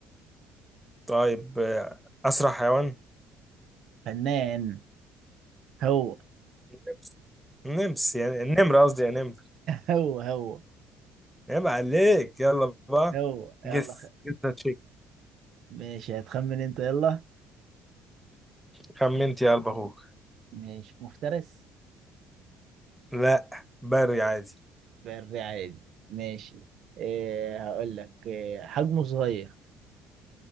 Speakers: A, in the centre; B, on the right.
A: طيب آه، اسرع حيوان
B: فنان هو
A: نمس نمس يعني النمر قصدي يا نمر
B: هو هو
A: عيب عليك يلا بقى
B: هو
A: جس
B: يلا خ...
A: جس تشيك
B: ماشي هتخمن انت يلا
A: خمنت يا قلب اخوك
B: ماشي مفترس
A: لا بري عادي
B: بري عادي ماشي إيه هقول لك إيه حجمه صغير